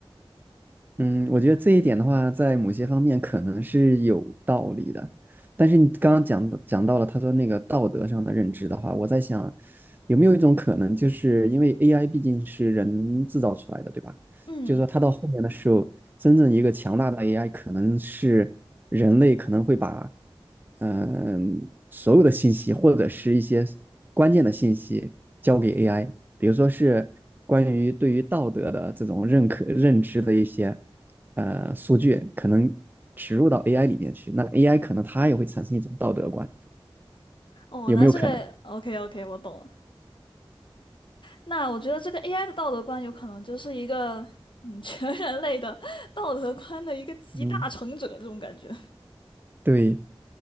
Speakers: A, on the right; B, on the left.
A: 嗯，我觉得这一点的话，在某些方面可能是有道理的，但是你刚刚讲的讲到了他说那个道德上的认知的话，我在想，有没有一种可能，就是因为 AI 毕竟是人制造出来的，对吧？
B: 嗯，
A: 就是说它到后面的时候，真正一个强大的 AI，可能是人类可能会把嗯、所有的信息或者是一些关键的信息交给 AI，比如说是关于对于道德的这种认可认知的一些呃数据，可能植入到 AI 里面去，那 AI 可能它也会产生一种道德观，
B: 哦，
A: 有没有可能？
B: 那这个 OK OK，我懂了。那我觉得这个 AI 的道德观有可能就是一个嗯全人类的道德观的一个集大成者这种感觉。
A: 嗯对，